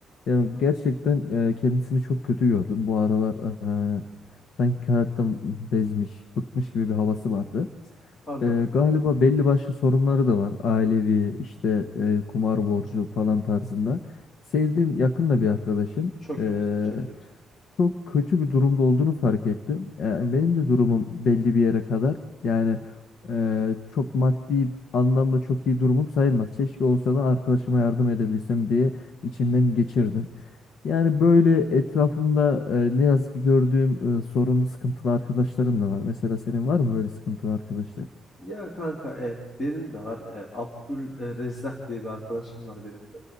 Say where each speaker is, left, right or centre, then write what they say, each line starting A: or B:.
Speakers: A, on the left (about 65°); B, on the left (about 35°).
A: ya
B: Hı hı.
A: gerçekten e, kendisini çok kötü gördüm bu aralar e, sanki hayattan bezmiş bıkmış gibi bir havası vardı
B: Anladım
A: E,
B: kanka.
A: galiba belli başlı sorunları da var ailevi işte e, kumar borcu falan tarzında sevdiğim yakın da bir arkadaşım
B: Çok
A: E,
B: kötü, çok kötü.
A: çok kötü bir durumda olduğunu fark ettim. Yani benim de durumum belli bir yere kadar. Yani e, çok maddi anlamda çok iyi durumum sayılmaz. Keşke olsa da arkadaşıma yardım edebilsem diye içimden geçirdim. Yani böyle etrafımda e, ne yazık ki gördüğüm e, sorunlu sıkıntılı arkadaşlarım da var. Mesela senin var mı böyle sıkıntılı arkadaşların?
B: Ya kanka e, benim de var. E, Abdul e, Rezzak diye bir arkadaşım var benim de.